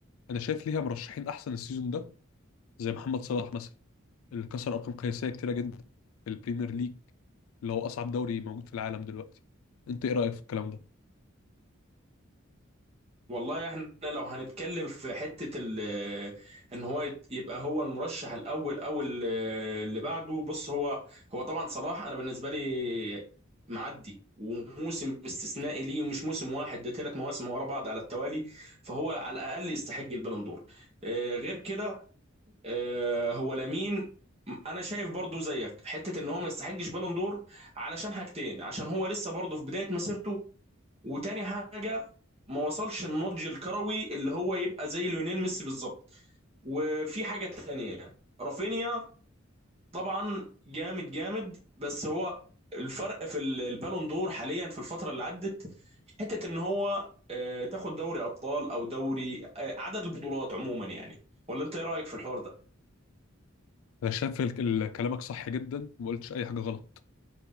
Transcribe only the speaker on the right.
والله احنا لو هنتكلم في حتة ال آه، ان هو يت- يبقى هو المرشح الاول او ال- آه، اللي بعده بص هو هو طبعا صلاح انا بالنسبة لي معدي وموسم استثنائي ليه ومش موسم واحد ده ثلاث مواسم ورا بعض على التوالي فهو على الاقل يستحق البالون دور آه، غير كده آه، هو لامين انا شايف برضو زيك حتة ان هو ما يستحقش بالون دور علشان حاجتين عشان هو لسه برضو في بداية مسيرته وتاني حاجه ما وصلش النضج الكروي اللي هو يبقى زي ليونيل ميسي بالظبط وفي حاجه تانيه رافينيا طبعا جامد جامد بس هو الفرق في ال- البالون دور حاليا في الفتره اللي عدت حته ان هو آه، تاخد دوري ابطال او دوري آه، عدد البطولات عموما يعني ولا انت ايه رايك في الحوار ده